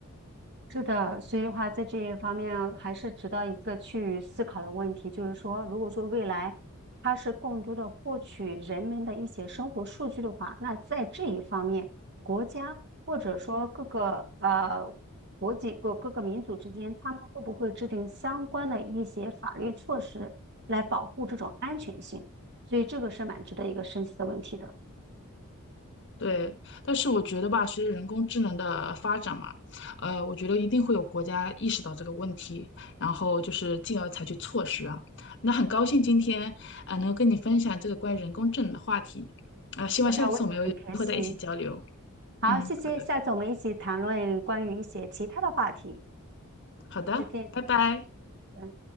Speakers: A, on the right (about 50°); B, on the left (about 55°).
A: 是的，所以的话，在这一方面啊还是值得一个去思考的问题，就是说，如果说未来它是更多的获取人们的一些生活数据的话，那在这一方面，国家或者说各个呃国际各各个民族之间，他们会不会制定相关的一些法律措施来保护这种安全性？所以这个是蛮值得一个深思的问题的。
B: 对，但是我觉得吧，随着人工智能的发展嘛，呃，我觉得一定会有国家意识到这个问题，然后就是进而采取措施啊。那很高兴今天啊，呃能够跟你分享这个关于人工智能的话题啊，希望下次我们有机会再一起交流。
A: 是的，我也很开心。好，
B: 嗯，
A: 谢谢，
B: 好的，
A: 下次我们一起谈论关于一些其他的话题。
B: 好的，
A: 再见
B: 拜拜。
A: 拜拜